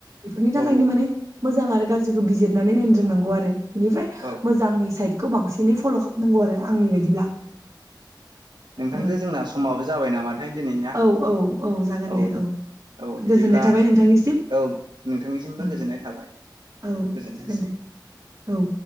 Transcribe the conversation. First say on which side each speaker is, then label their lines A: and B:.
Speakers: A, on the right; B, on the right.
A: बेफोरनि
B: औ
A: थाखायनो माने मोजां आरो गाज्रिखो बिजिरनानै नायनो रोंनांगौ आरो। बिनिफ्राय
B: औ
A: मोजांनि साइद खौ बांसिनै फल' खामनांगौ आरो। आंनि बायदिब्ला <inaudible>
B: थांजो जोंना समाबो जाबाय नामाथाय दिनैना
A: औ औ जागोन
B: औ
A: दे
B: औ
A: गोजोननाय
B: बिदिब्ला
A: थाबाय नोंथांनिसिम
B: औ नोंथांनिसिमबो
A: औ
B: गोजोननाय थाबाय
A: औ
B: गोजोनथोंसै।
A: जागोन दे औ